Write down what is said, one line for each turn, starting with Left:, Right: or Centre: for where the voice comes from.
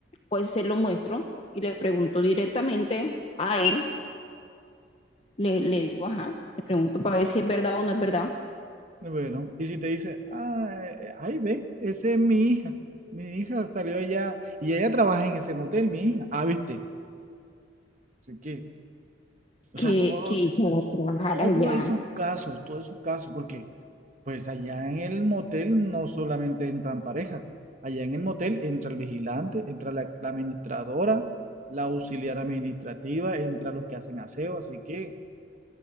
Left: pues se lo muestro y le pregunto directamente a él, le, le digo, ajá, le pregunto para ver si es verdad o no es verdad
Right: Bueno, y si te dice, ah, eh, ahí ve, esa es mi hija. Mi hija salió allá y ella trabaja en ese motel, mi hija. Ah, viste. Así que, o
Left: que,
Right: sea, todo,
Left: que ella
Right: to-
Left: va a trabajar
Right: todos
Left: allá.
Right: esos casos, todos esos casos, porque Pues allá en el motel no solamente entran parejas, allá en el motel entra el vigilante, entra la, la administradora, la auxiliar administrativa, entra los que hacen aseo, así que,